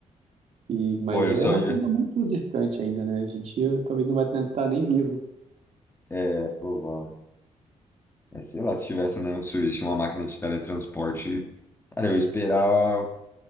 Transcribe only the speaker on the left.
Pô, eu
só
ia.
É, provável. É, sei lá, se tivesse, né? Surgisse uma máquina de teletransporte. Cara, eu ia esperar.